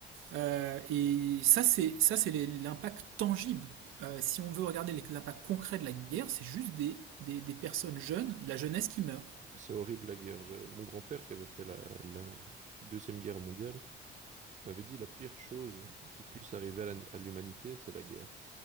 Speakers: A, on the right; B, on the right.
A: Euh, et ça, c'est ça, c'est les- l'impact tangible. Euh, si on veut regarder les- l'impact concret de la guerre, c'est juste des, des, des personnes jeunes, de la jeunesse qui meurt.
B: C'est horrible la guerre. J'ai- Mon grand-père qui avait fait la, la Deuxième Guerre mondiale m'avait dit la pire chose qui puisse arriver à la- à l'humanité, c'est la guerre.